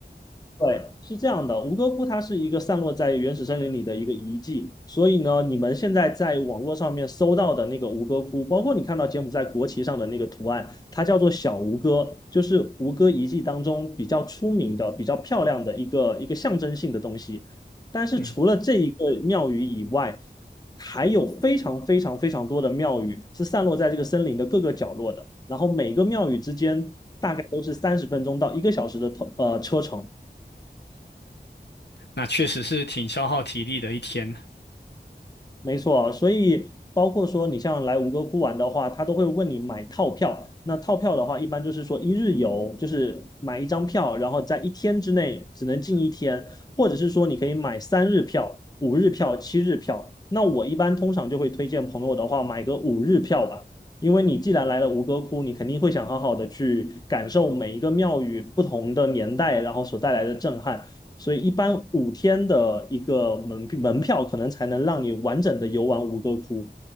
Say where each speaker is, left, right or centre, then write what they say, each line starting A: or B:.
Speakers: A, on the left (about 20°); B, on the left (about 70°).
A: 对，是这样的，吴哥窟它是一个散落在原始森林里的一个遗迹，所以呢，你们现在在网络上面搜到的那个吴哥窟，包括你看到柬埔寨国旗上的那个图案，它叫做小吴哥，就是吴哥遗迹当中比较出名的、比较漂亮的一个一个象征性的东西。但是除了这一个庙宇以外，
B: 嗯，
A: 还有非常非常非常多的庙宇是散落在这个森林的各个角落的，然后每个庙宇之间大概都是三十分钟到一个小时的通呃车程。
B: 那确实是挺消耗体力的一天。
A: 没错，所以包括说你像来吴哥窟玩的话，他都会问你买套票。那套票的话，一般就是说一日游，就是买一张票，然后在一天之内只能进一天，或者是说你可以买三日票、五日票、七日票。那我一般通常就会推荐朋友的话，买个五日票吧。因为你既然来了吴哥窟，你肯定会想好好的去感受每一个庙宇不同的年代，然后所带来的震撼。所以一般五天的一个门门票可能才能让你完整的游玩五个窟。